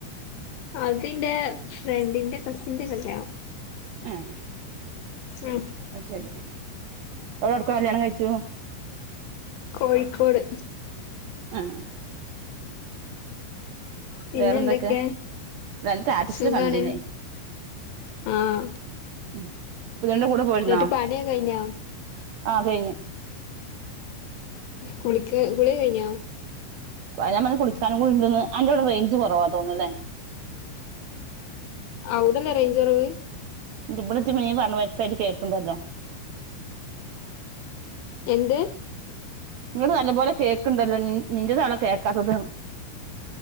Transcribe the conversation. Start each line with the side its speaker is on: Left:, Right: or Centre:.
Left: അതിന്റെ ഫ്രണ്ടിന്റെ കസിന്റെ കല്യാണം
Right: ഏഹ്
Left: ആഹ്
Right: അയ്ശരി ഓളെ എവിട്ക്കാകല്യാണം കഴിച്ചു
Left: കോഴിക്കോട്.
Right: ആഹ്
Left: പിന്നെ
Right: വേറെന്തൊക്കെ
Left: എന്തൊക്കെ
Right: അല്ല അന്റെ സ്റ്റാസ്റ്റില്
Left: സുഖാണ്
Right: കണ്ടീനെ
Left: ആഹ്
Right: ഉം പുതിയണ്ണിന്റെ കൂടെ പോയിരുന്നോ?
Left: എന്നിട്ട് പണിയൊക്കെ കഴിഞ്ഞോ
Right: ആ പേയിനു.
Left: കുളിക്ക കുളിഒക്കെ കഴിഞ്ഞോ
Right: അത ഞാൻ പറഞ്ഞു കുളിക്കാനും കൂടി ഉണ്ട്ന്ന് അന്റവുടെ റേഞ്ച് കുറവാ തോന്നൂല്ലേ.
Left: ഔടല്ലേ റേഞ്ച് കൊറവ്
Right: ന്നിട്ട് ബടെ ജ്ജ് നീ പറഞ്ഞ വ്യക്തായിട്ട് കേൾക്കണ്ടല്ലോ.
Left: എന്ത്
Right: നിങ്ങള് നല്ലപോലെ കേക്കണ്ടല്ലോ നിന്റെതാണോ കേൾക്കാത്തത്?